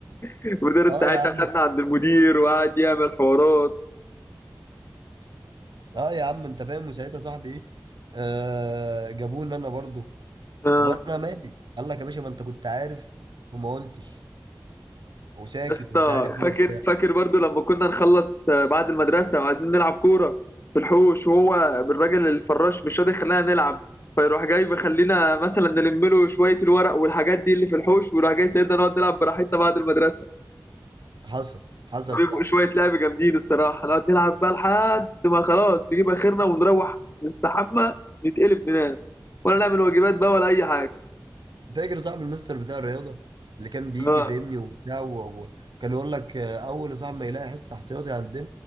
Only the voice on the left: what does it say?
المدرس
ساعتها
خدنا عند المدير وقعد يعمل حوارات
اه
يا اسطى
فاكر
فاكر برضو لما كنا نخلص آه، بعد المدرسة وعايزين نلعب كورة في الحوش وهو الراجل الفراش مش راضي يخلينا نلعب فيروح جاي بيخلينا مثلا نلم له شوية الورق والحاجات دي اللي في الحوش ويروح جاي سيدنا نقعد نلعب براحتنا بعد المدرسة
بيبقوا
شوية لعب جامدين الصراحة نقعد نلعب بقى لحد ما خلاص نجيب آخرنا ونروح نستحمى نتقلب ننام ولا نعمل واجبات بقى ولا أي حاجة
آه.